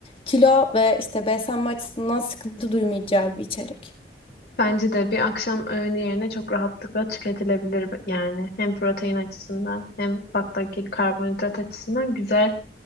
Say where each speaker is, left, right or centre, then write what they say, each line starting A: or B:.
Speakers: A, on the left; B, on the left.
A: kilo ve işte beslenme açısından sıkıntı duymayacağı bir içerik.
B: Bence de bir akşam öğünü yerine çok rahatlıkla tüketilebilir b- yani. Hem protein açısından hem baklagil karbonhidrat açısından güzel